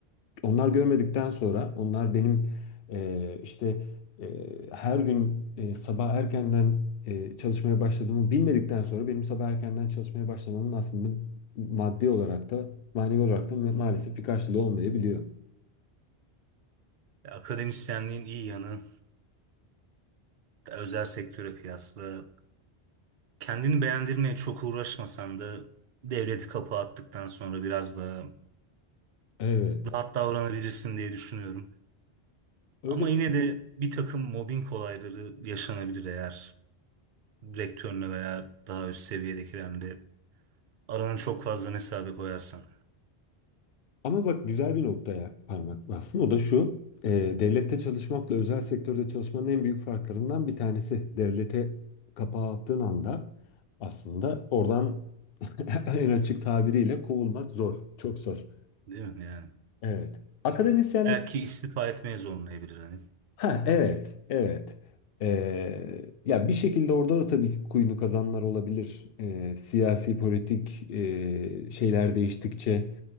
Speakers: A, on the left; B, on the right.
A: Onlar görmedikten sonra onlar benim e, işte e, her gün e, sabah erkenden e, çalışmaya başladığımı bilmedikten sonra benim sabah erkenden çalışmaya başlamamın aslında maddi olarak da manevi olarak da ma- maalesef bir karşılığı olmayabiliyor.
B: Ya, Akademisyenliğin iyi yanı özel sektöre kıyasla Kendini beğendirmeye çok uğraşmasan da devleti kapı attıktan sonra biraz daha
A: Evet.
B: rahat davranabilirsin diye düşünüyorum.
A: Öyle
B: Ama yine de bir takım mobbing olayları yaşanabilir eğer rektörüne veya daha üst seviyedekilerle arana çok fazla mesafe koyarsan.
A: Ama bak güzel bir noktaya parmak bastın. O da şu. e, devlette çalışmakla özel sektörde çalışmanın en büyük farklarından bir tanesi. Devlete kapağı attığın anda aslında oradan <laughs> en açık tabiriyle kovulmak zor. Çok zor.
B: Değil mi yani?
A: Evet. Akademisyenlik
B: Belki istifa etmeye zorlayabilir hani.
A: Ha evet, evet. Ee, ya bir şekilde orada da tabii ki kuyunu kazanlar olabilir. Ee, siyasi politik e, şeyler değiştikçe,